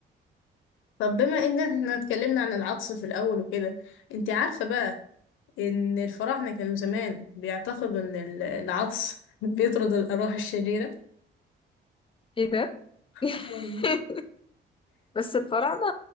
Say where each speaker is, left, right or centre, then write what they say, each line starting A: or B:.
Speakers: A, on the left; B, on the left.
A: طب بما ان احنا اتكلمنا عن العطس في الاول وكده انت عارفة بقى ان الفراعنة كانوا زمان بيعتقدوا ان ال- العطس <laughs> بيطرد الارواح الشريرة
B: ايه ده
A: آه والله.
B: <laughs> بس الفراعنة